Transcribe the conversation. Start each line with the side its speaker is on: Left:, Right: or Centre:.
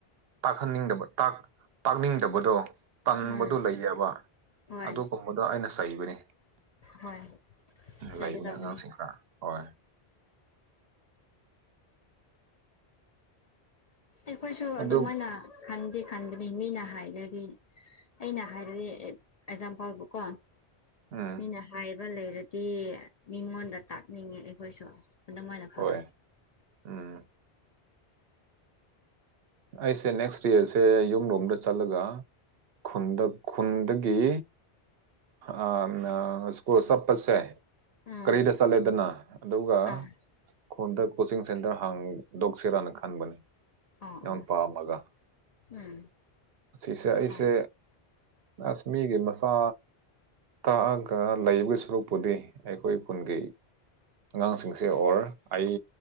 Right: ꯇꯥꯛꯍꯟꯅꯤꯡꯗꯕ ꯇꯥꯛ ꯇꯥꯛꯅꯤꯡꯗꯕꯗꯣ ꯇꯟꯕꯗꯣ
Left: ꯎꯝ
Right: ꯂꯩꯌꯦꯕ
Left: ꯍꯣꯏ
Right: ꯑꯗꯨꯒꯨꯝꯕꯗꯣ ꯑꯩꯅ ꯆꯩꯕꯅꯤ
Left: ꯍꯣꯏ ꯆꯩꯒꯦ
Right: ꯂꯩꯕꯅꯦ
Left: ꯇꯧꯕꯅꯦ
Right: ꯑꯉꯥꯡꯁꯤꯡ ꯍꯣꯏ
Left: ꯑꯩꯈꯣꯏꯁꯨ
Right: ꯑꯗꯨ
Left: ꯑꯗꯨꯃꯥꯏꯅ ꯈꯟꯒꯦ ꯈꯟꯗꯅꯤ ꯃꯤꯅ ꯍꯥꯏꯗ꯭ꯔꯗꯤ ꯑꯩꯅ ꯍꯥꯏꯔꯗꯤ ꯑꯦꯛꯖꯥꯝꯄꯥꯜꯕꯨ ꯀꯣ
Right: ꯎꯝ
Left: ꯃꯤꯅ ꯍꯥꯏꯕ ꯂꯩꯔꯗꯤ ꯃꯤꯉꯣꯟꯗ ꯇꯥꯛꯅꯤꯡꯉꯦ ꯑꯩꯈꯣꯏꯁꯨ ꯑꯗꯨꯗꯝꯥꯏꯅ ꯐꯥꯎꯋꯤ
Right: ꯍꯣꯏ ꯎꯝ ꯑꯩꯁꯦ ꯅꯦꯛꯁ ꯗꯌꯥꯔꯁꯦ ꯌꯨꯝꯂꯣꯝꯗ ꯆꯠꯂꯒ ꯈꯨꯟꯗ ꯈꯨꯟꯗꯒꯤ ꯑ ꯁꯀꯣ ꯁ ꯄꯁ ꯍꯥꯏ
Left: ꯎꯝ
Right: ꯀꯔꯤꯗ ꯆꯠꯂꯦꯗꯅ ꯑꯗꯨꯒ
Left: ꯑꯥ
Right: ꯈꯣꯟꯗ ꯀꯣꯆꯤꯡ ꯁꯦꯟꯇꯔ ꯍꯥꯡꯗꯣꯛꯁꯤꯔꯥꯅ ꯈꯟꯕꯅꯤ
Left: ꯑꯥ
Right: ꯌꯥꯝ
Left: ꯑꯥ
Right: ꯄꯥꯝꯃꯒ
Left: ꯎꯝ
Right: ꯑꯁꯤꯁꯦ ꯑꯩꯁꯦ
Left: ꯍꯣꯏ
Right: ꯑꯁꯃꯤꯒꯤ ꯃꯁꯥ ꯇꯥꯛꯑꯒ ꯂꯩꯕ ꯁꯔꯨꯛꯄꯨꯗꯤ ꯑꯩꯈꯣꯏ ꯈꯨꯟꯒꯤ ꯑꯉꯥꯡꯁꯤꯡꯁꯦ ꯑꯣꯔ ꯑꯩ